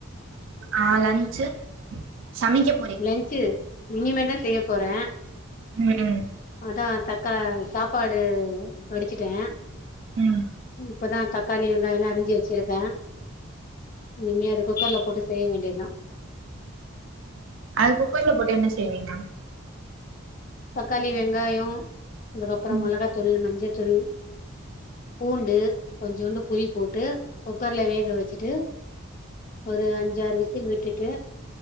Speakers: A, on the right (about 65°); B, on the left (about 40°).
A: ஆ லஞ்சு சமிக்கப்
B: லஞ்சு இனிமே தான் செய்ய போறேன்
A: ம் ம்
B: அதான் தக்கா சாப்பாடு வடிச்சுட்டேன்
A: ம்
B: இப்போ தான் தக்காளி வெங்காயம் எல்லாம் அரிஞ்சு வெச்சுருக்கேன் இனிமே அது குக்கரில போட்டு செய்ய வேண்டியது தான்
A: அது குக்கர்ல போட்டு என்ன செய்வீங்க
B: தக்காளி வெங்காயோ அதுக்கப்பறம்
A: ம்
B: மொளகாத்தூள் மஞ்சத்தூள் பூண்டு கொஞ்சோன்டு புளி போட்டு குக்கர்ல வேக வெச்சுட்டு ஒரு அஞ்சாறு வீசில் விட்டுட்டு